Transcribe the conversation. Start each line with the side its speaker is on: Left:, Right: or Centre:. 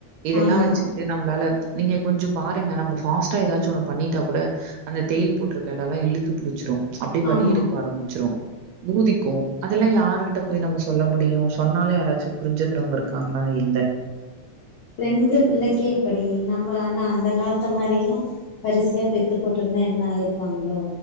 Right: இதெல்லா
Left: ஆமா
Right: வச்சுட்டு நம்மளால நீங்க கொஞ்ச பாருங்க நம்ம ஃபாஸ்டா ஏதாச்சு ஒண்ணு பண்ணிட்டா கூட அந்த தயில் போட்டிருக்க எட நல்லா இழுத்து புடிச்சிரு அப்புடி வலி
Left: ஆமா
Right: இருக்க ஆரம்பிச்சிரு ஊதிக்கு அதெல்லா யாருகிட்ட போய் நம்ம சொல்ல முடியு சொன்னாலு யாராச்சு புரிஞ்சுக்கிறவங்க இருக்காங்களா இல்ல
Left: ரெண்டு பிள்ளைக்கே இப்படி நம்ம அன்ன அந்த காலத்து மாரி எல்லா வரிசையா பெத்து போட்டிருந்தா என்ன ஆயிருப்பாங்களோ